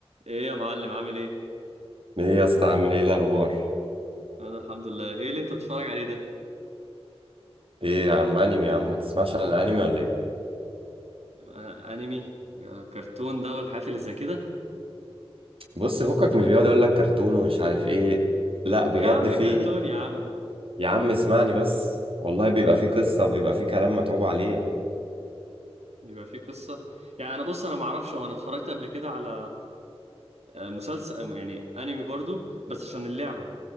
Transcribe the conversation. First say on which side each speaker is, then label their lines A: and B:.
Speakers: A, on the right; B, on the right.
A: ايه يا معلم عامل ايه
B: ايه يا اسطى عامل ايه الاخبار
A: انا الحمد لله ايه اللي انت بتتفرج عليه ده
B: ايه يا عم انمي يا عم ما تسمعش عن الانمي ولا ايه
A: آه، انمي آه، كرتون ده والحاجات اللي زي كده
B: بص فكك من اللي بيقعد يقول لك كرتون ومش عارف ايه لا بجد
A: يا عم
B: في
A: كرتون يا عم
B: يا عم اسمعني بس والله بيبقى
A: قول
B: في قصه وبيبقى في كلام متعوب عليه
A: بيبقى فيه قصة يعني انا بص انا ما اعرفش هو انا اتفرجت قبل كده على آه، مسلسل آه، يعني انمي برضو بس عشان اللعبة